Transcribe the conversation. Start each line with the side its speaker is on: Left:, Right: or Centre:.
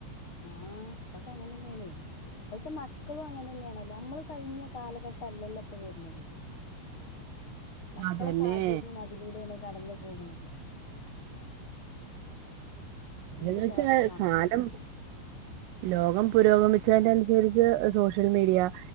Left: ആഹ് ഇപ്പക്ക അങ്ങനെ തന്നെയാണേ ഇപ്പോഴത്തെ മക്കളും അങ്ങനെ തന്നെയാണല്ലോ നമ്മള് കഴിഞ്ഞ കാലഘട്ടല്ലല്ലോ ഇപ്പൊ വരുന്നത് മക്കളെ
Right: അതന്നെ
Left: സാഹചര്യം അതിലൂടെയാണ് കടന്നു പോകണത് എന്ത്
Right: എന്ന് വെച്ചാ
Left: കാര്യത്തിനാണെന്നുണ്ടെങ്കിലും
Right: കാലം ലോകം പുരോഗമിച്ചതിന്റെ അനുസരിച്ച് സോഷ്യൽ മീഡിയ